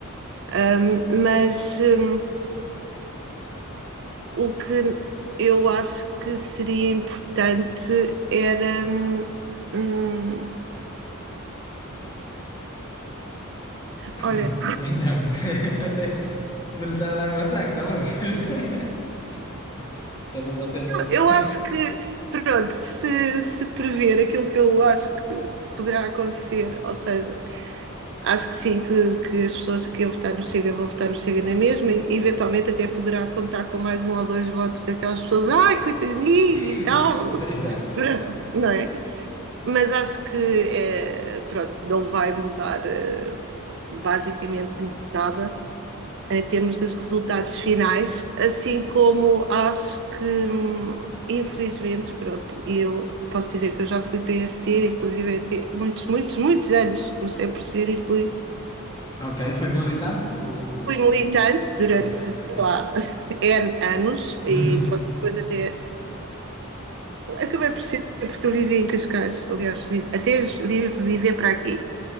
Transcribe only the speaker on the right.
Ahm, mas hum, o que eu acho que seria importante era. hum, hum,
olha,
Eu acho que, pronto, se, se prever aquilo que eu acho que poderá acontecer, ou seja, acho que sim, que, que as pessoas que iam votar no Chega vão votar no Chega na mesma, e eventualmente até poderá contar com mais um ou dois votos daquelas pessoas, ai, coitadinho
e tal,
<laughs> não é? Mas acho que, é, pronto, não vai mudar é, basicamente nada em termos dos resultados finais, assim como acho que, hum, infelizmente, pronto, eu posso dizer que eu já fui PSD, inclusive até muitos, muitos, muitos anos, comecei por ser e fui,
fui militante durante,
sei
lá, <laughs> N anos, e
pronto, depois até acabei por ser, porque eu vivi em Cascais, aliás, vivi, até vivi, viver para aqui,